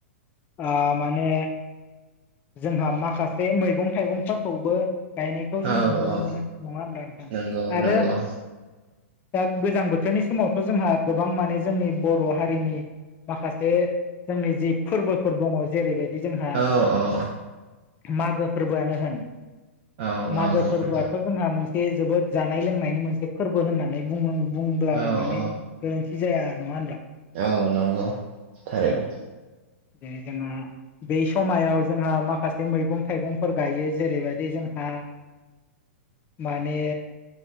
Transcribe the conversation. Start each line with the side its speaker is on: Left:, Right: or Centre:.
Left: आ माने जोंहा माखासे मैगं थाइगंफोरखौबो गायनायखौ जोंङो
Right: औ
Left: नुनो
Right: औ
Left: मोनो नंङा होनब्ला नोंथां
Right: नंगौ नंगौ
Left: आरो दा गोजां बोथोरनि समावथ' जोंहा गोबां माने जोंनि बर' हारिनि माखासे जोंनि जि फोरबोफोर दङ जेरैबायदि जोंहा
Right: अ अ अ
Left: मागो फोरबोआनो होन
Right: औ
Left: मागो फोरबोआथ
Right: फोरबो
Left: जोंहा मोनसे जोबोद जानाय लोंनायनि मोनसे फोरबो होननानै बुंनां बुं ब्लाबो
Right: औ
Left: माने
Right: औ
Left: गोरोन्थि जाया नंङा होनब्ला?
Right: औ नंगौ थारैनो
Left: औ जेरै जोंहा बे समायाव जोंहा माखासे मैगं थाइगंफोर गायो जेरैबायदि जोंहा माने